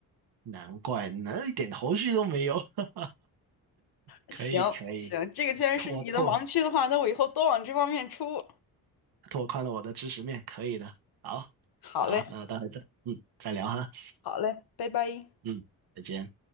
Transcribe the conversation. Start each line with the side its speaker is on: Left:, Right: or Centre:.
Right: 难怪，那一点头绪都没有。<laughs> 可以可以，
Left: 行行，这个既然是你的盲区的话，
Right: 拓拓
Left: 那我以后多往这方面出。
Right: 拓宽了我的知识面，可以的。好，
Left: 好嘞，
Right: 好，那待会再嗯再聊哈，
Left: 好嘞，拜拜。
Right: 嗯，再见。